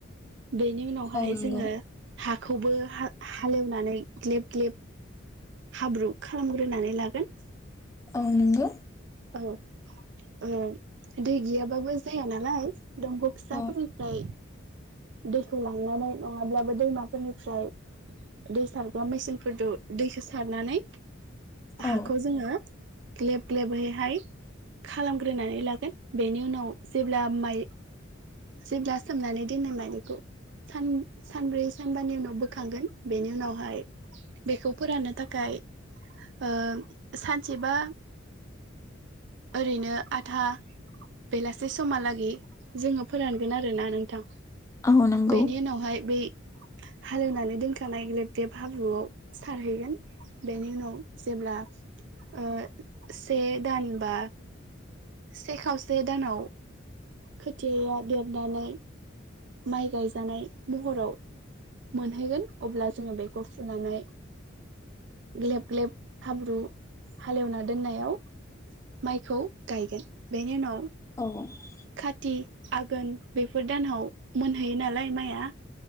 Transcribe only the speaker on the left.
औ नंगौ
औ नोंगौ ।
औ
औ
औ नंगौ
<unintelligible>